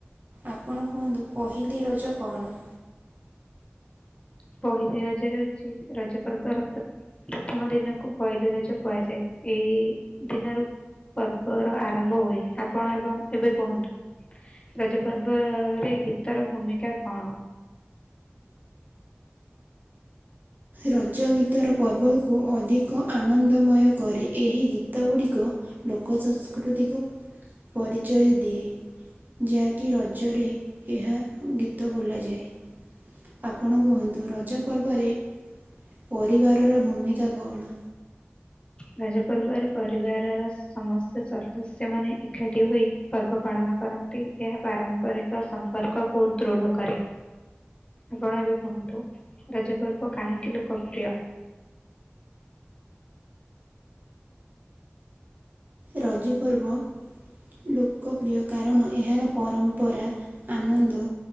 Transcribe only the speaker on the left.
ହ। ପହିଲି ରଜ ହେଉଛି, ରଜ ପର୍ବର ପ୍ରଥମ ଦିନକୁ ପହିଲି ରଜ କୁହାଯାଏ। ଏଇ ଦିନରୁ ପର୍ବର ଆରମ୍ଭ ହୁଏ, ଆପଣ ଏବଂ ଏବେ କୁହନ୍ତୁ। ରଜ ପର୍ବରେ ଗୀତ ର ଭୂମିକା କଣ?
ରଜ ପର୍ବରେ ପରିବାରର ସମସ୍ତ ସଦସ୍ୟ ମାନେ ଏକାଠି ହୋଇ ପର୍ବ ପାଳନ କରନ୍ତି, ଏହା ପାରମ୍ପରିକ ସମ୍ପର୍କକୁ ଦୃଢ କରେ। ଆପଣ ଏବେ କୁହନ୍ତୁ ରଜପର୍ବ କାହିଁକି ଲୋକପ୍ରିୟ? <inaudible>